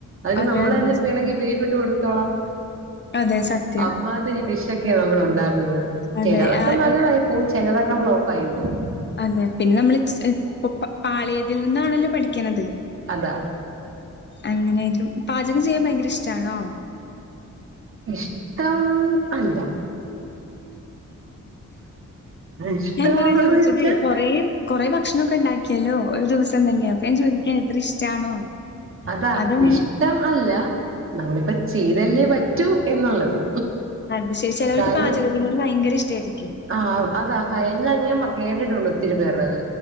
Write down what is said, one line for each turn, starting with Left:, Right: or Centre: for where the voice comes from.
Right: അയ്ന്
Left: അതെ
Right: നമ്മളന്നെ
Left: അതെ സത്യം.
Right: പിണങ്ങി വീട് വിട്ട് കൊട്ത്തോളാം
Left: അതെ സത്യം.
Right: അമ്മാതിരി ഡിഷൊ നമ്മൾ ഉണ്ടാക്കുന്നത്
Left: അതെ
Right: ചെലതൊക്കെ
Left: ആ
Right: നല്ലതായി
Left: ആ,
Right: പോവും ചെലതൊക്കെ ഫ്ലോപായി പോവും.
Left: അതെ പിന്നെ നമ്മള് ഇപ്പോ പാളിയതിൽ നിന്നാണല്ലോ പഠിക്കണത്.
Right: അതാ
Left: അങ്ങനൊയിലും പാചകം ചെയ്യാൻ ഭയങ്കര ഇഷ്ടാണോ?
Right: ഇഷ്ടം അല്ല- ഇഷ്ടമാണോന്ന്
Left: എന്താ അറിയോ ചോദിച്ചത്
Right: ചോദിച്ചാൽ
Left: കൊറേ കൊറെേ ഭക്ഷണൊക്കെ ഉണ്ടാക്കിയല്ലോ ഒരു ദിവസം തന്നെയ അപ്പൊ ഞാൻ ചോദിക്കാ ഇത്ര ഇഷ്ടാണോ?
Right: അതാ
Left: അതങ്ങനെ
Right: ഇഷ്ടം അല്ല നമ്മളിപ്പം ചെയ്തല്ലേ പറ്റൂ എന്നുള്ളത്.
Left: അതിന് ശേഷം ചെലർക്കു
Right: കാരണം
Left: പാചകത്തിനോട് ഭയങ്കര ഇഷ്ടായിരിക്കും.
Right: ആഹ് അതാ <unintelligible> കേട്ട്ട്ടൊണ്ട് ഒത്തിരി പേര്ടെത്